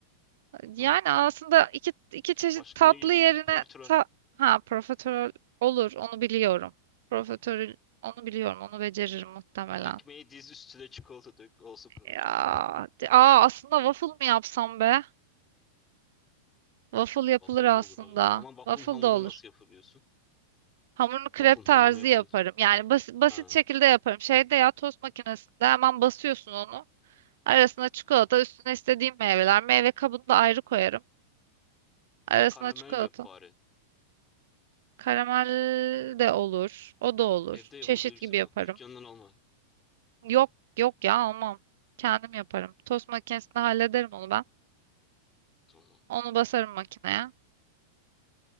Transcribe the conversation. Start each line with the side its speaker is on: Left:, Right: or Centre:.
Right: Yani
Left: Tamam.
Right: aslında iki, iki çeşit
Left: Başka
Right: tatlı
Left: ne gelir?
Right: yerine
Left: Profiterol.
Right: ta- ha profiterol olur onu biliyorum. Profiterol onu biliyorum onu beceririm muhtemelen.
Left: Ekmeği diz üstüne çikolata dök. Olsun profiterol.
Right: Ya, de- aa, aslında waffle mı yapsam be? Waffle yapılır
Left: Waffle
Right: aslında.
Left: da olur abi. yine. Ama waffle'ın
Right: Waffle
Left: hamuru
Right: da olur.
Left: nasıl yapabiliyorsun?
Right: Hamurunu krep
Left: Waffle'ın hamurunu
Right: tarzı
Left: yapabilirsin.
Right: yaparım. Yani bas- basit
Left: Ha.
Right: şekilde yaparım. Şeyde ya tost makinesinde hemen basıyorsun onu. Arasına çikolata, üstüne istediğim meyveler. Meyve kabını da ayrı koyarım. Arasına
Left: Karamel
Right: çikolata.
Left: yap bari.
Right: Karamel de olur. O da olur.
Left: Evde yapabilirsin.
Right: Çeşit gibi yaparım.
Left: Bak dükkandan alma.
Right: Yok yok ya almam. Kendim yaparım. Tost makinesinde hallederim onu ben.
Left: Tamam.
Right: Onu basarım makineye.